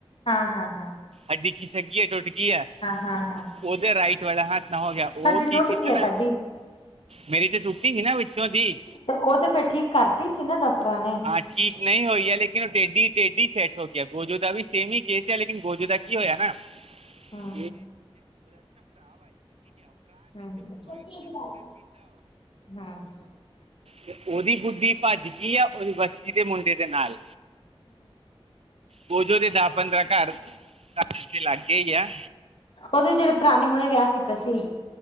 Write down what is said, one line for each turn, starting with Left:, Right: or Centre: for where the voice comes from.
Left: ਹਾਂ, ਹਾਂ, ਹਾਂ।
Right: ਹੱਡੀ ਖਿਸਕ ਗੀ ਟੋਡੀ ਕੀ ਐ,
Left: ਹਾਂ ਹਾਂ
Right: ਓਦੇ ਰਾਈਟ ਵਾਲਾ ਹੱਥ ਨਾ ਹੋ ਗਿਆ ਓ
Left: ਸਾਡੀ
Right: ਕੀ
Left: ਟੁੱਟ
Right: ਕੀਤਾ
Left: ਗਈ ਆ
Right: ਨਾ
Left: ਤੁਹਾਡੀ
Right: ਮੇਰੀ ਤੇ ਟੁੱਟੀ ਹੀ ਨਾ ਦੀ
Left: ਤੇ ਓ ਤੇ ਫੇਰ ਠੀਕ ਕਰਤੀ ਸੀ ਨਾ ਡੋਕਟਰਾਂ ਨੇ।
Right: ਹਾਂ ਠੀਕ ਨਹੀਂ ਹੋਈ ਹੈ ਲੇਕਿਨ ਓ ਟੇਡੀ, ਟੇਡੀ ਸੈੱਟ ਹੋ ਗਿਆ ਗੋਜੂ ਦਾ ਵੀ ਸੇਮ ਹੀ ਕੇਸ ਹੈ ਲੇਕਿਨ ਗੋਜੂ ਦਾ ਕੀ ਹੋਇਆ ਨਾ
Left: ਹੂੰ
Right: <unintelligible>
Left: ਹੂੰ ਹੂੰ
Right: ਤੇ ਓਦੀ ਬੁੱਧੀ ਪੱਜ ਗਈ ਆ ਓਦੀ ਬਸਤੀ ਦੇ ਮੁੰਡੇ ਦੇ ਨਾਲ, ਗੋਜੂ ਦੇ ਦਾ-ਪੰਦਰਾਂ ਘਰ- ਘਰ ਦੇ ਲਾਗੇ ਹੀ ਆ
Left: ਓਦੇ ਜੇੜੇ ਭਰਾ ਨੇ ਹੁਣੇ ਵਿਆਹ ਕੀਤਾ ਸੀ।